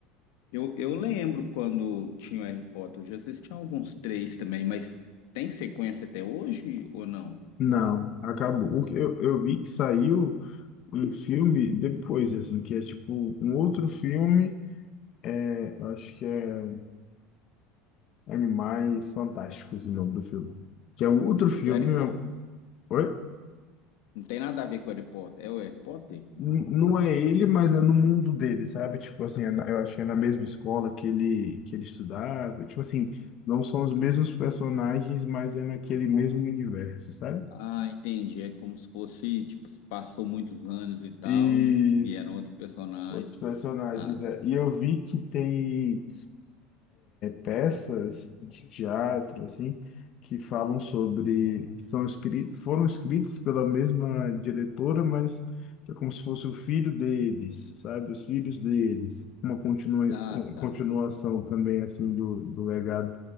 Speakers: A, on the left; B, on the left.
A: Eu, eu lembro quando tinha o Harry Potter, eu já assisti alguns três também, mas tem sequência até hoje ou não?
B: Não, acabou. O que eu, eu vi que saiu um filme depois, assim, que é tipo um outro filme, é, eu acho que é Animais Fantásticos o nome do filme. Que é um outro filme,
A: Do Harry Potter,
B: meu. Oi?
A: não tem nada a ver com o Harry Potter. É o Harry Potter? Não.
B: N- Não é ele, mas é no mundo dele, sabe? Tipo assim, é na- eu acho que é na mesma escola que ele, que ele estudava. Tipo assim, não são os mesmos personagens, mas é naquele mesmo universo, sabe?
A: Ah, entendi. É como se fosse, tipo, se passou muitos anos e tal
B: E
A: e vieram outros personagens.
B: outros personagens.
A: Ah,
B: É. E eu vi que tem. peças de teatro, assim, que falam sobre, que são escritas, foram escritas pela mesma diretora, mas é como se fosse o filho deles, sabe? Os filhos deles. Uma continua,
A: ah,
B: con-
A: tá.
B: continuação também, assim, do, do legado.